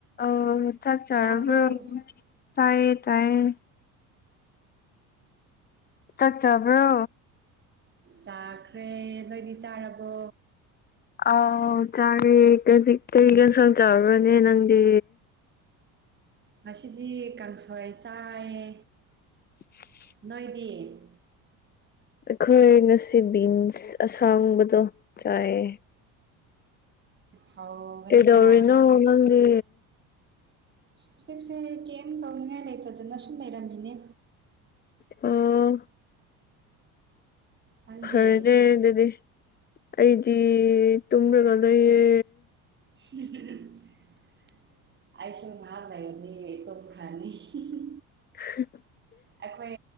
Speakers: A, on the left (about 25°); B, on the right (about 25°).
A: ꯑꯣ ꯆꯥꯛ ꯆꯥꯔꯕ꯭ꯔꯣ
B: ꯇꯥꯕ꯭ꯔꯣ
A: ꯇꯥꯏꯌꯦ ꯇꯥꯏꯌꯦ ꯆꯥꯛ ꯆꯥꯕ꯭ꯔꯣ
B: ꯆꯥꯈ꯭ꯔꯦ ꯅꯣꯏꯗꯤ ꯆꯥꯔꯕꯣ
A: ꯑꯥꯎ ꯆꯥꯔꯦ ꯀꯖꯤꯛ ꯀꯩ ꯁꯥꯡ ꯆꯕ꯭ꯔꯅꯦ ꯅꯪꯗꯤ
B: ꯉꯁꯤꯗꯤ ꯀꯥꯡꯁꯣꯏ ꯆꯥꯏꯌꯦ
A: <inaudible>
B: ꯅꯣꯏꯗꯤ
A: ꯑꯩꯈꯣꯏ ꯉꯁꯤ ꯕꯤꯟꯁ ꯑꯁꯥꯡꯕꯗꯣ ꯆꯥꯏꯌꯦ
B: ꯍꯥꯎꯒꯅꯤꯗꯥ
A: ꯀꯩꯗꯧꯔꯤꯅꯣ ꯅꯪꯗꯤ
B: ꯍꯨꯖꯤꯛꯁꯦ ꯀꯩꯝ ꯇꯧꯅꯤꯉꯥꯏ ꯂꯩꯇꯗꯅ ꯁꯨꯝ ꯂꯩꯔꯝꯃꯤꯅꯦ
A: ꯎꯝ
B: ꯅꯪꯗꯤ
A: ꯐꯔꯦꯅꯦ ꯑꯗꯨꯗꯤ ꯑꯩꯗꯤ ꯇꯨꯝꯂꯒ ꯂꯩꯌꯦ
B: ꯍꯤ ꯍꯤ ꯑꯩꯁꯨ ꯅꯍꯥꯛ ꯂꯩꯔꯗꯤ ꯇꯨꯝꯈ꯭ꯔꯥꯅꯤ ꯍꯤ ꯍꯤ
A: ꯍꯥ
B: ꯑꯩꯈꯣꯏ